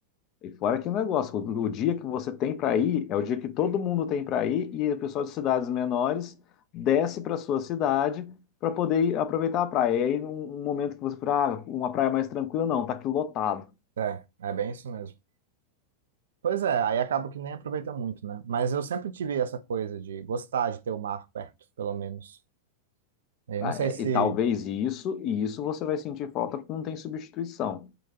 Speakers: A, on the left; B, on the right.
A: E fora que negócio, o o dia que você tem para ir é o dia que todo mundo tem para ir e o pessoal de cidades menores desce para sua cidade para poder ir aproveitar a praia. E aí, num um momento que você fala, ah, uma praia mais tranquila, não, tá aqui lotado.
B: É, é bem isso mesmo. Pois é, aí acaba que nem aproveita muito, né? Mas eu sempre tive essa coisa de gostar de ter o mar perto, pelo menos. E
A: Ah,
B: não sei
A: é-
B: se.
A: e talvez isso, e isso você vai sentir falta porque não tem substituição.